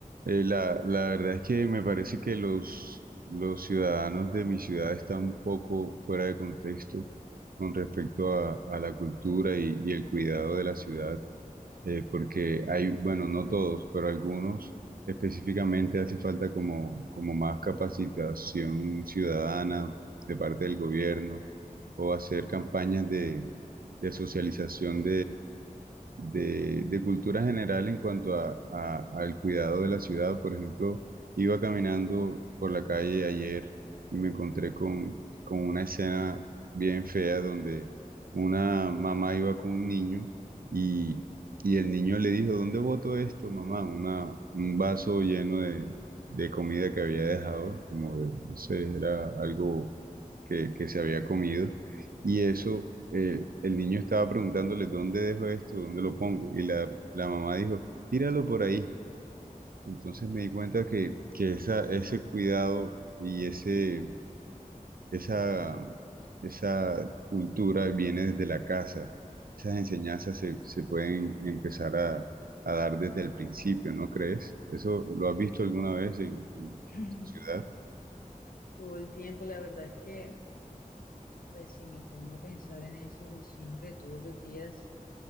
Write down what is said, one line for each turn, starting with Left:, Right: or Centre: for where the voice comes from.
Right: Eh, la, la verdad es que me parece que los, los ciudadanos de mi ciudad están un poco fuera de contexto con respecto a, a la cultura y, y el cuidado de la ciudad, eh, porque hay, bueno, no todos, pero algunos específicamente hace falta como, como más capacitación ciudadana de parte del gobierno o hacer campañas de, de socialización de, de cultura general en cuanto a, a- al cuidado de la ciudad. Por ejemplo, iba caminando por la calle ayer y me encontré con, con una escena bien fea donde una mamá iba con un niño y, y el niño le dijo, ¿dónde boto esto, mamá? Una, un vaso lleno de, de comida que había dejado, como de, no sé, era algo que, que se había comido. Y eso, eh, el niño estaba preguntándole, ¿dónde dejo esto? ¿Dónde lo pongo? Y la, la mamá dijo, tíralo por ahí. Entonces me di cuenta que, que esa, ese cuidado y ese, esa, esa cultura viene desde la casa. Esas enseñanzas se, se pueden empezar a, a dar desde el principio, ¿no crees? ¿Eso lo has visto alguna vez en en tu
Left: <laughs>
Right: ciudad?
Left: Todo el tiempo, la verdad es que, pues si me pongo a pensar en eso siempre, todos los días,